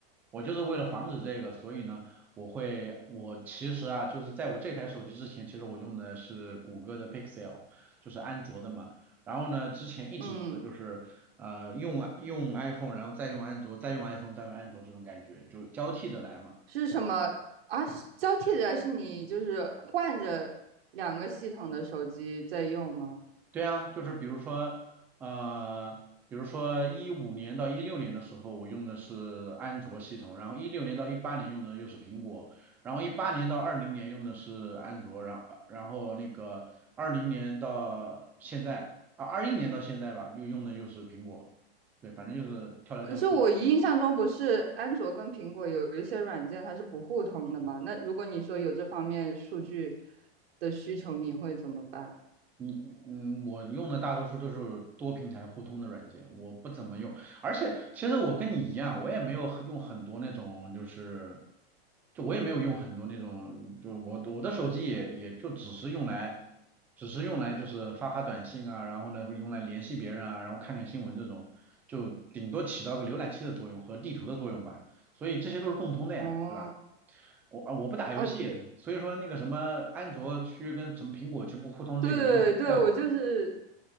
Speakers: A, in the centre; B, on the right.
A: 我就是为了防止这个，所以呢，我会，我其实啊，就是在我这台手机之前，其实我用的是谷歌的 Pixel，就是安卓的嘛。然后呢，之前一直是就是呃用用
B: 嗯，
A: iPhone，然后再用安卓，再用 iPhone，再用安卓这种感觉，就交替着来嘛。
B: 是什么啊？是交替着是你就是换着两个系统的手机在用吗？
A: 对啊，就是比如说，呃，比如说一五年到一六年的时候，我用的是安卓系统，然后一六年到一八年用的又是苹果，然后一八年到二零年用的是安卓，然后然后那个二零年到现在啊，二一年到现在吧，又用的又是苹果，对，反正就是跳来跳去。
B: 可是我印象中不是安卓跟苹果有一些软件它是不互通的吗？那如果你说有这方面数据的需求，你会怎么办？
A: 你嗯，嗯我用的大多数都是多平台互通的软件，我不怎么用。而且其实我跟你一样，我也没有很用很多那种，就是就我也没有用很多那种，就我我的手机也也就只是用来，只是用来就是发发短信啊，然后呢用来联系别人啊，然后看看新闻这种，就顶多起到个浏览器的作用和地图的作用吧。所以这些都是共通的呀，
B: 哦
A: 对吧？我啊我不打游戏，
B: 哦，
A: 所以说那个什么安卓区跟什么苹果区不互通这个问题，
B: 对对，
A: 在我。
B: 我就是